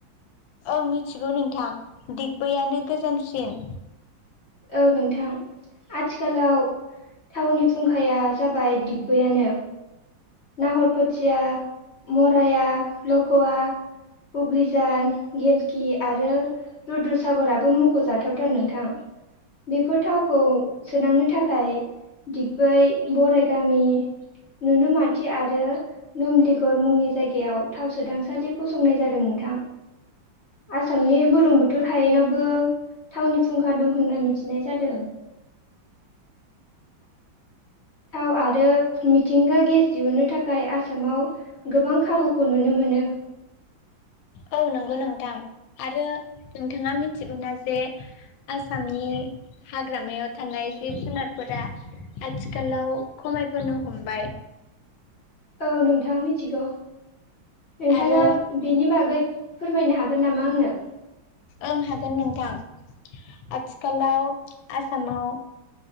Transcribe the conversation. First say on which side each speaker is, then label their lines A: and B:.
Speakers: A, on the left (about 75°); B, on the left (about 45°).
A: ओं मिथिगौ नोंथां दिग्बैयानो गोजामसिन
B: औ नोंथां आथिखालाव थावनि फुंखाया जाबाय दिग्बैयानो नाहरखोथिया मराया लख'वा हुग्रिजान गेलखि आरो रुद्रुसागराबो मख'जाथावथार नोंथां बेफोर थावखौ सोदांनो थाखाय दिगबै बराइ गामि नुनो। नुनमाथि आरो नमलिगर मुंनि जायगायाव थाव सोदांसालि फसंनाय जादों नोंथां आसामनि बुरलुंबुथुर हायेनावबो थावनि फुंखा दं होनना मिथिनाय जादों। थाव आरो मिथिंगा गेस दिहुनो थाखाय आसामाव गोबां खाबुखौ नुनो मोनो
A: औ नंगौ नोंथां आरो नोंथाङा मिथिगौना जे आसामनि हाग्रामायाव थानाय जिब जुनारफोरा आथिखालाव खमायबोनो हमबाय
B: औ नोंथां मिथिगौ। नोंथाङा
A: आरो
B: बेनि बागै फोरमायनो हागोन नामा आंनो
A: ओं हागोन नोंथां आथिखालाव आसामाव